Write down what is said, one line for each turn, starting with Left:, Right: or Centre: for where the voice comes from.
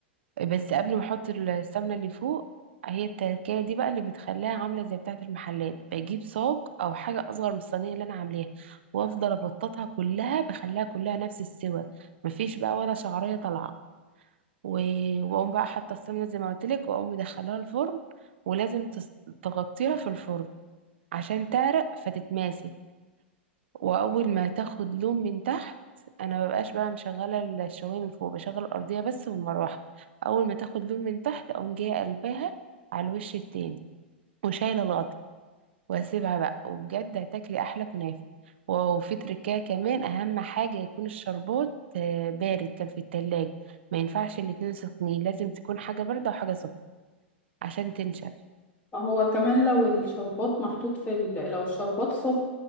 Right: بس قبل ما احط السمنه اللي فوق هي التركية دي بقى اللي بتخليها عاملة زي بتاعة المحلات بجيب صاج أو حاجة أصغر من الصينية اللي أنا عاملاها وأفضل أبططها كلها بخليها كلها نفس السوى مفيش بقى ولا شعرية طالعة و- وأقوم بقى حاطة السمنة زي ما قلتلك وأقوم مدخلاها الفرن ولازم تس- تغطيها في الفرن عشان تعرق فتتماسك واول ما تاخد لون من تحت انا مبقاش بقى مشغله الشوايه من فوق بشغل الارضيه بس والمروحه اول ما تاخد لون من تحت اقوم جايه قلباها على الوش التاني وشايله الغطا واسيبها بقى وبجد هتاكلي احلى كنافه وفي تركايه كمان اهم حاجه يكون الشربات آه، بارد كان في التلاجة ما ينفعش الاتنين سخنين لازم تكون حاجه بارده وحاجه سخنه عشان تنشف
Left: ما هو كمان لو الشربات محطوط في ال... لو الشربات سخن